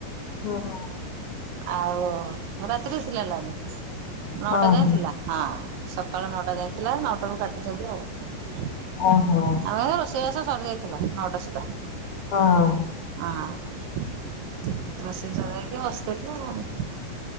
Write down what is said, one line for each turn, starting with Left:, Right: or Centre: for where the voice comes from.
Left: ହୁଁ ହୁଁ।
Right: ଆଉ ରାତିରେ ଥିଲା ଲାଇନ୍ ନଅଟା
Left: ହଁ
Right: ଯାଏଁଥିଲା।
Left: ହଁ
Right: ହଁ ସକାଳ ନଅଟା ଯାଏଁଥିଲା ନଅଟା ରୁ କାଟିଛନ୍ତି ଆଉ।
Left: ଓହୋ।
Right: ଆମର ରୋଷେଇବାସ ସରି ଯାଇଥିଲା ନଅଟା ସୁଧା।
Left: ହଁ।
Right: ଆଁ ରୋଷେଇ ସରିଯାଇଚି ବସି ଥିବ। <unintelligible>